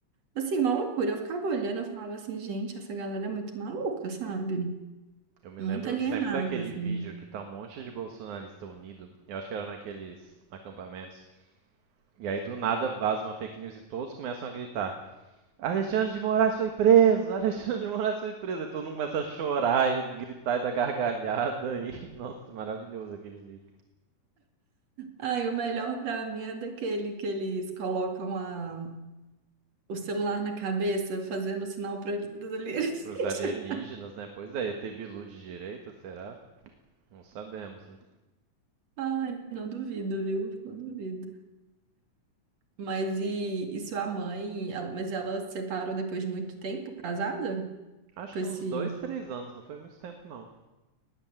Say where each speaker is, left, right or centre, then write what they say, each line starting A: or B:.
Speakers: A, on the right; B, on the right.
A: Assim, uma loucura. Eu ficava olhando, eu falava assim, gente, essa galera é muito maluca, sabe?
B: Eu me
A: Muito
B: lembro
A: alienada,
B: sempre daquele
A: assim.
B: vídeo que tá um monte de bolsonarista unido. Eu acho que era naqueles acampamentos. E aí do nada vaza uma fake news e todos começam a gritar: Alexandre de Moraes foi preso! <laughs> Alexandre de Moraes foi preso! Aí todo mundo começa a chorar e gritar e dar gargalhada. E... <laughs> Nossa, maravilhoso aquele vídeo.
A: Ai, o melhor pra mim é daquele que eles colocam a... o celular na cabeça, fazendo sinal pra eles.
B: Pros
A: <laughs>
B: alienígenas, né? Pois é, ET Bilu de direita, será? Não sabemos, né?
A: Ai, não duvido, viu? Não duvido. Mas e, e sua mãe? Ela- mas ela se separou depois de muito tempo, casada?
B: Acho
A: Com
B: que
A: esse.
B: uns dois, três anos, não foi muito tempo não.